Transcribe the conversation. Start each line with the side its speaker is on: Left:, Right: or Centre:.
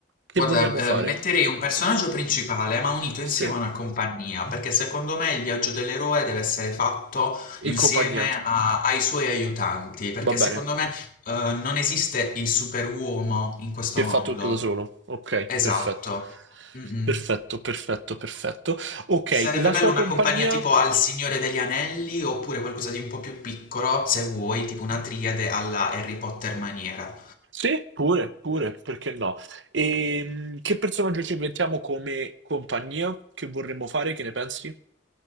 Right: Che
Left: Guarda,
Right: vogliamo
Left: eh,
Right: fare?
Left: metterei un personaggio principale, ma unito insieme
Right: Sì,
Left: a una compagnia, perché secondo me il viaggio dell'eroe deve essere fatto
Right: in
Left: insieme
Right: compagnia.
Left: a- ai suoi aiutanti, perché
Right: Va bene.
Left: secondo me, eh, non esiste il superuomo in questo
Right: Che
Left: mondo.
Right: fa tutto da solo. Ok,
Left: Esatto.
Right: perfetto.
Left: Mm-mm.
Right: Perfetto, perfetto, perfetto. Ok,
Left: Sarebbe
Right: la
Left: bello
Right: sua
Left: una
Right: compagnia?
Left: compagnia tipo al Signore degli Anelli oppure qualcosa di un po' più piccolo, se vuoi, tipo una triade alla Harry Potter maniera.
Right: Sì, pure, pure, perché no? E che personaggio ci inventiamo come compagnia? Che vorremmo fare? Che ne pensi?